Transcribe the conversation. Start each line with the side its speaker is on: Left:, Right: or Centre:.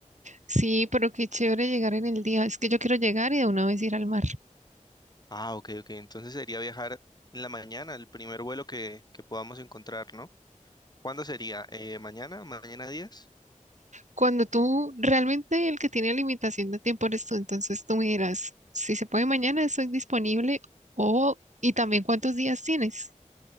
Right: sí, pero qué chévere llegar en el día. Es que yo quiero llegar y de una vez ir al mar.
Left: Ah, ok, ok. Entonces sería viajar en la mañana, el primer vuelo que, que podamos encontrar, ¿no? ¿Cuándo sería? Eh, ¿mañana? ¿Mañana 10?
Right: Cuando tú realmente el que tiene limitación de tiempo eres tú, entonces tú me dirás, si se puede mañana, estoy disponible o y también cuántos días tienes.